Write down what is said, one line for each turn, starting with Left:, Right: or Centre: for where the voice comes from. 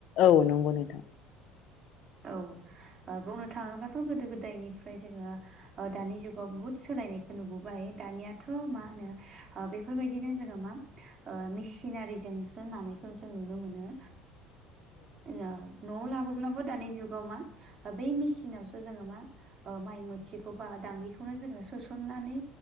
Left: औ नंगौ नोंथां।
Right: औ ओ बुंनो थाङोबाथ' गोदो गोदायनिफ्राय जोङो ओ दानि जुगाव बुहुथ सोलायनायखौ नुबोबाय दानियाथ' मा होनो ओ बेफोरबायदिनो जोङो मा ओ मेचिनारिजोंसो नानायखौ जों नुनो मोनो। औ न'आव लाबोब्लाबो दानि जुगाव मा बै मेचिनावसो जोङो मा ओ माइ मोथिखौ बा दांग्रिखौनो जोङो सोसननानै